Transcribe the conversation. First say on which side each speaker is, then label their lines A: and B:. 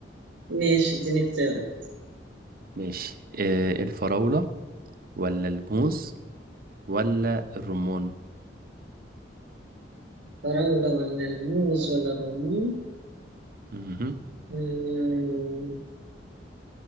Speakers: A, on the right; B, on the right.
A: ماشي اديني اختيارات
B: ماشي آه الفراولة ولا الموز ولا الرمان
A: فراولة ولا الموز ولا الرمان
B: مهم.
A: مم،